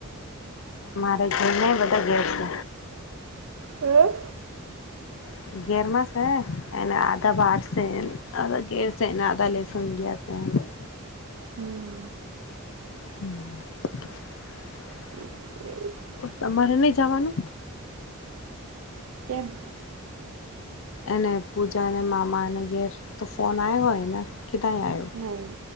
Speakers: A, on the left; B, on the right.
A: મારે ભઈને બધા ઘેર છે.
B: હમ્મ.
A: <unintelligible> <unintelligible>
B: હમ્મ.
A: <inaudible>
B: <inaudible>
A: તમારે નહીં જવાનું
B: કેમ?
A: એને પૂજાને મામાને ઘેર તો ફોન આવ હોય એના કેદા ને આયો
B: નહીં